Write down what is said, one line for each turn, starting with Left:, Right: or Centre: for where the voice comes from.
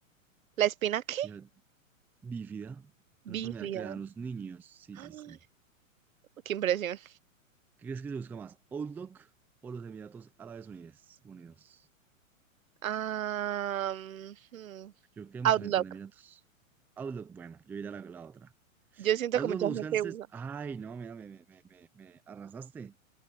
Right: ¿La espina qué?
Centre: Fíjate, bífida, una
Right: Bífida.
Centre: enfermedad que le dan a los niños, sí,
Right: Ay,
Centre: sí,
Right: <gasps>
Centre: sí.
Right: qué impresión.
Centre: ¿Qué crees que se busca más? ¿Outlook o los Emiratos Árabes Unidos? Unidos.
Right: Ah, mm, hmm,
Centre: Yo creo que hay
Right: Outlook.
Centre: mucha gente en Emiratos. Outlook, bueno, yo iré a la, la otra.
Right: Yo siento
Centre: Outlook
Right: que mucha
Centre: lo buscan,
Right: gente
Centre: ses-
Right: usa.
Centre: ay, no, mira, me, me, me, me me arrasaste.